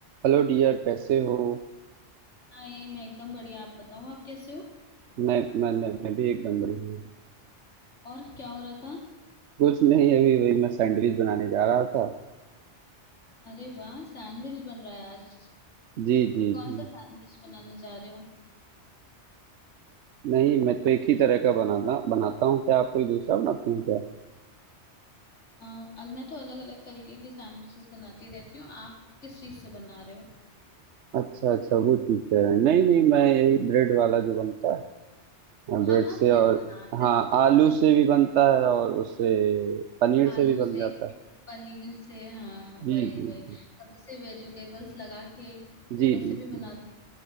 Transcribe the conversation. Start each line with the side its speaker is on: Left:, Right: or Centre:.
Right: Hello dear कैसे हो
Left: हाय मैं एकदम बढ़िया आप बताओ आप कैसे हो
Right: मैं मैं मैं, मैं भी एकदम बढ़िया हूँ
Left: और क्या हो रहा था
Right: कुछ नहीं अभी वही मैं सैंडविच बनाने जा रहा था
Left: अरे वाह सैंडविच बन रहा है आज
Right: जी जी
Left: कौन
Right: जी
Left: सा सैंडविच बनाने जा रहे हो
Right: नहीं मैं तो एक ही तरह का बनाता बनाता हूँ क्या आप कोई दूसरा बनाते हैं क्या
Left: आ, आज मैं तो अलग अलग तरीके के सैंडविचेस बनाती रहती हूँ आप किस चीज से बना रहे हो
Right: अच्छा अच्छा वो चीज़ कह रहे हैं नहीं नहीं मैं यही ब्रेड वाला जो बनता है ब्रेड
Left: हाँ हाँ
Right: से
Left: ब्रे-
Right: और
Left: बनाते
Right: हाँ आलू
Left: Obviously
Right: से भी
Left: bread
Right: बनता है और उससे पनीर
Left: आलू
Right: से भी
Left: से
Right: बन जाता है
Left: पनीर से हाँ
Right: जी
Left: वही
Right: जी
Left: वही
Right: जी
Left: कभी से वेजिटेबल्स लगा के
Right: जी
Left: ऐसे
Right: जी
Left: भी
Right: जी।
Left: बनाती